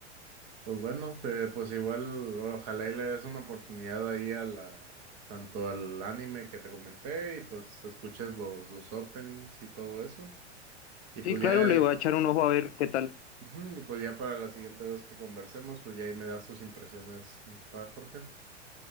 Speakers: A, on the right; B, on the left.
A: Pues bueno, eh, pues igual ojalá y le des una oportunidad ahí a la, tanto al anime que te comenté y pues escuches los, los openings y todo eso. Y pues
B: Sí, claro,
A: ya
B: le voy a echar un ojo a ver qué tal.
A: Ujú, Y pues ya para la siguiente vez que conversemos, pues ya ahí me das tus impresiones, ¿va, Jorge?